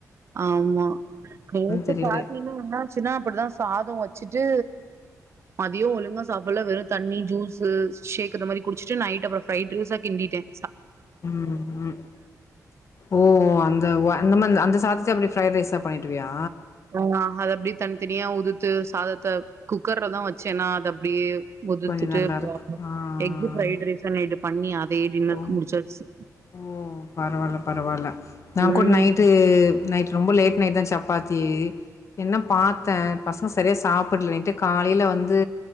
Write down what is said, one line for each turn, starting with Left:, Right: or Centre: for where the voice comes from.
Right: ஆமா கேட்டு
Left: தெரில
Right: பா்த்தீன்னா என்ன ின்னா அப்படிதான் சாதம் வச்சுட்டு மதியம் ஒழுங்கா சாப்பிடலாம் வெறும் தண்ணி ஜூஸு ஷேக் இந்த மாதிரி குடிச்சிட்டு நைட் அப்புறம் ஃப்ரைட் ரைஸா கிண்டட்டேன்
Left: உம் உம் ஓ அந்த அந்த அந்த ச அப்படி பிரப்ரை் ரைா பண்ணிட்டுியா
Right: ஆஹ் அதது அப்படி தனித்தனியா உது து சாதத்த குக்கர்லதா வச்சேன்னா அது அப்டியே உதத்துட்டுகு
Left: கொஞ்ச நல்லாருக்கு ஆ
Right: எக்கு பிரைஸ்ல்லட்டு
Left: ஆ.
Right: பண்ணி அதே டின்னருக்கு
Left: ஓ
Right: முடிச்சசு
Left: ஓ பரவால்ல, பரவால்ல. நான்
Right: உம்ம்
Left: கூட நைட்டு நைட் ரொம்ப லேட் நைட் தா சப்பாத்தி என்ன பாத்தே பசங்க சரியாக சாப்பிடல நைட்டு காலையில வந்து